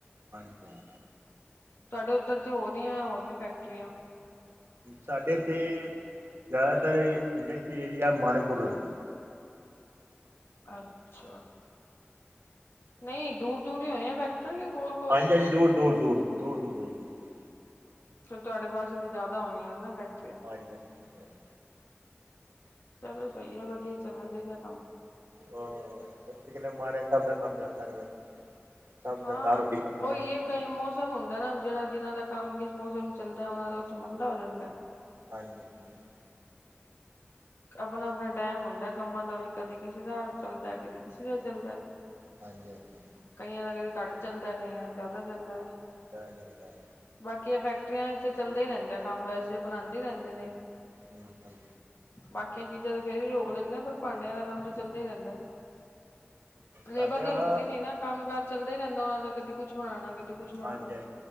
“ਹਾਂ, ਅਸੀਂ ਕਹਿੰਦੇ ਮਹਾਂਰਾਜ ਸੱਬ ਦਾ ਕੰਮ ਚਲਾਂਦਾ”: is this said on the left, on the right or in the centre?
Right